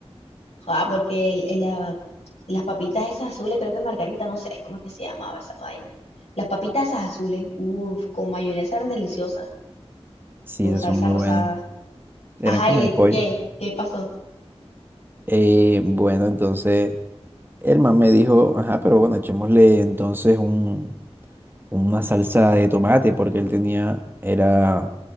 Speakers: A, on the left; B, on the right.
A: Ah, porque el- el- la- las papitas esas azules, creo que Margarita, no sé cómo es que se llamaba esa vaina. Las papitas esas azules, uff, con mayonesa eran deliciosas.
B: Sí,
A: con
B: esas
A: salsa
B: son muy
A: rosada.
B: buenas. Eran
A: Ajá,
B: como
A: y le,
B: de pollo.
A: ¿qué? ¿Qué pasó?
B: Eh, bueno, entonces el man me dijo, ajá, pero bueno, echémosle entonces un, una salsa de tomate, porque él tenía, era